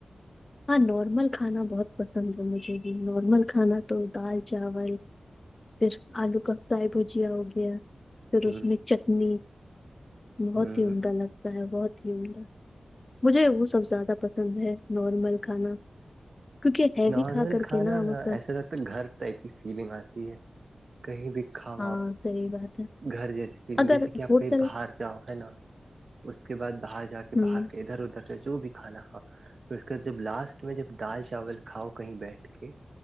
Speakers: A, on the left; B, on the right.
A: ہاں نارمل کھانا بہت پسند ہے مجھے بھی نارمل کھانا تو دال چاول پھر آلو کا فرائی بھجیا ہو گیا پھر
B: ہوں
A: اس میں چٹنی بہت
B: ہوں
A: ہی عمدہ لگتا ہے بہت ہی عمدہ مجھے وہ سب زیادہ پسند ہے نارمل کھانا کیونکہ ہیوی
B: نارمل
A: کھا کر
B: کھانا
A: کے نا مطلب
B: ایسا لگتا گھر ٹائپ کی فیلنگ آتی ہے کہیں بھی کھاؤ
A: ہاں
B: آپ
A: سی بات ہے
B: گھر جیسے
A: اگر
B: جیسے کہ آپ
A: ہوٹل
B: کہیں باہر جاؤ ہے نا اس کے بعد باہر جا کے کہ
A: ہوں
B: باہر کے ادھر ادھر کے جو بھی کھانا کا پھر اس کے بعد ج لاسٹ میں جب دال چاول کھاؤ کہیں بیٹھ کے